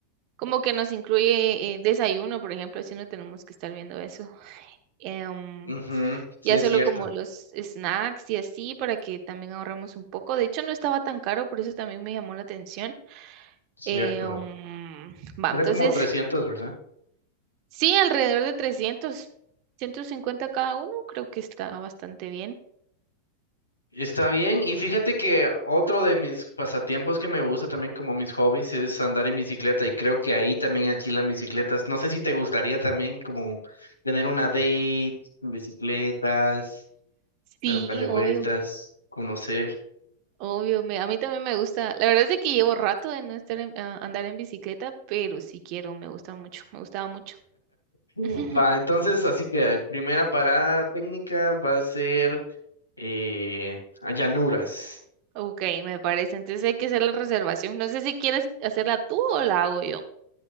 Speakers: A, on the right; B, on the left.
A: como que nos incluye eh, desayuno, por ejemplo, si no tenemos que estar viendo eso. Em,
B: Ujú, Sí,
A: ya
B: es
A: solo
B: cierto,
A: como los snacks y así para que también ahorremos un poco. De hecho, no estaba tan caro, por eso también me llamó la atención.
B: cierto.
A: Eh, um, va,
B: Eran
A: entonces,
B: como 300,
A: <laughs>
B: ¿verdad?
A: sí, alrededor de trescientos, ciento cincuenta cada uno, creo que está bastante bien.
B: Está bien, y fíjate que otro de mis pasatiempos que me gusta también como mis hobbies es andar en bicicleta y creo que ahí también alquilan bicicletas. No sé si te gustaría también como tener una date con bicicletas,
A: Sí,
B: dar un par de vueltas,
A: obvio.
B: conocer.
A: Obvio, me- a mí también me gusta. La verdad es de que llevo rato de no estar en- a- andar en bicicleta, pero sí quiero, me gusta mucho, me gustaba mucho.
B: Mm.
A: <laughs>
B: Va, entonces, así que primera parada técnica va a ser eh, a llanuras.
A: Ok, me parece. Entonces hay que hacer la reservación. No sé si quieres hacerla tú o la hago yo.